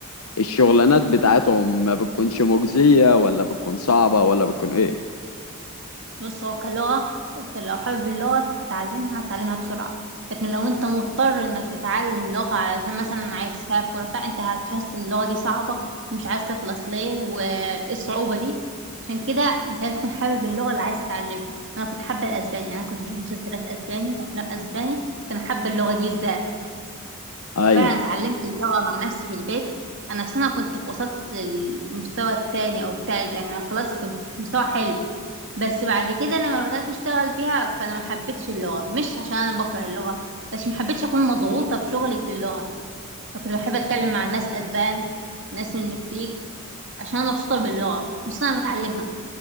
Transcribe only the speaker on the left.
الشغلانات بتاعتهم ما بتكونش مجزية ولا بتكون صعبة ولا بتكون ايه
ايوه